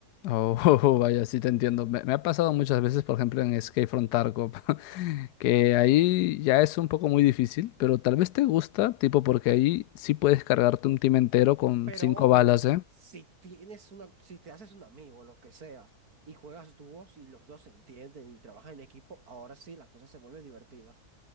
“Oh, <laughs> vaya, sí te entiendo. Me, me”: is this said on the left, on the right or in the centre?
Left